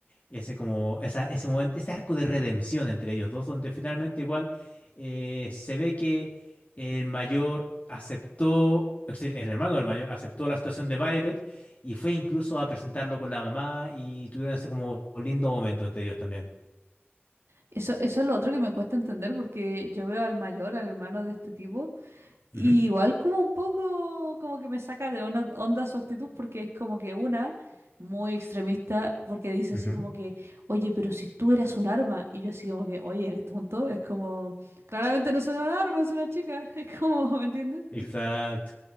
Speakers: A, on the left; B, on the right.
A: ese como, esa, ese momento, ese arco de redención entre ellos dos, donde finalmente igual eh, se ve que el mayor aceptó, es decir, el hermano del mayor aceptó la situación de Violet y fue incluso a presentarlo con la mamá y tuvieron ese como lindo momento entre ellos también.
B: Eso, eso es lo otro que me cuesta entender porque yo veo al mayor, al hermano de este tipo. Y
A: Ujú,
B: igual como un poco como que me saca de ona- onda su actitud porque es como que una muy extremista porque dice
A: ujú,
B: así como que, oye, pero si tú eras un arma y yo así como que, oye, eres tonto, es como, claramente no es un arma, es una chica, <laughs> es como, ¿me entiendes?
A: Exacto.